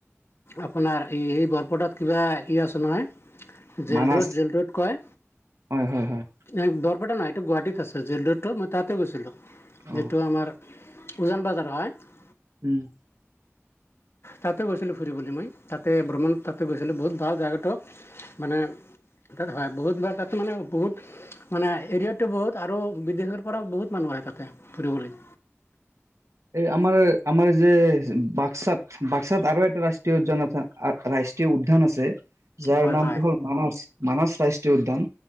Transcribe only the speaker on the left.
আপোনাৰ এই এই বৰপটাত কিবা ই আছে নহয়। Jail
road jail road কয়
এ বৰপেটা নহ এইটো গুৱাহাটীত তাৰপিছত জেল'ৰোড মই ততে গৈছিলোঁ।
যিটো আমাৰ উজান বাজাৰ হয়।
তাতে গৈছিলো ফুৰিবলৈ মই তাতে ভ্ৰমণ তাতে গৈছিলো। বহুত ভাল জাগাটো মানে। তাত হয় বহুতবাৰ তাত মানে বহুত মানে এৰিয়াটো বহুত আৰু বিদেশৰ পৰাও বহুত মানুহ আহে তাতে ফুৰিবলৈ।
হয়
হয়